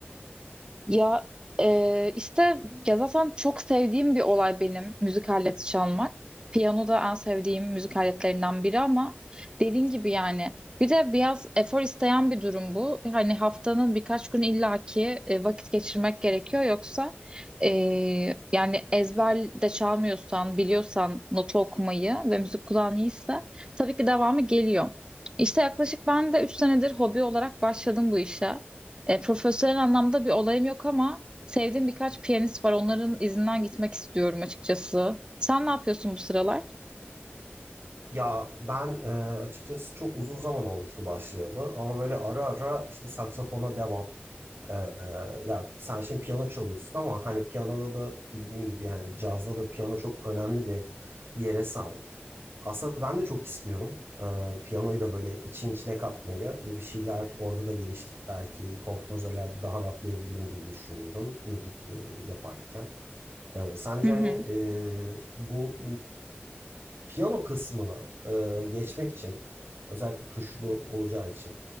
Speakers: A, on the right; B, on the right.
A: Ya e, işte ya zaten çok sevdiğim bir olay benim müzik aleti çalmak. Piyano da en sevdiğim müzik aletlerinden biri ama dediğim gibi yani bir de biraz efor isteyen bir durum bu. Hani haftanın birkaç gün illaki e, vakit geçirmek gerekiyor yoksa e, yani ezber de çalmıyorsan biliyorsan notu okumayı ve müzik kulağın iyiyse tabii ki devamı geliyor. İşte yaklaşık ben de 3 senedir hobi olarak başladım bu işe. E, profesyonel anlamda bir olayım yok ama sevdiğim birkaç piyanist var. Onların izinden gitmek istiyorum açıkçası. Sen ne yapıyorsun bu sıralar?
B: Ya ben e, açıkçası çok uzun zaman olmuştu başlayalı ama böyle ara ara işte saksafona devam. Ee, ya sen şimdi piyano çalıyorsun ama hani piyanoda da bildiğin gibi yani cazda da piyano çok önemli bir yere sahip. Aslında ben de çok istiyorum ee, piyanoyu da böyle için içine katmayı ve bir şeyler orada da geliştirip belki kompozörlerde daha rahatlayabilirim gibi düşünüyorum müzik e, yaparken. Ee, sence
A: Hı hı.
B: hani e, bu piyano kısmını e, geçmek için özellikle tuşlu olacağı için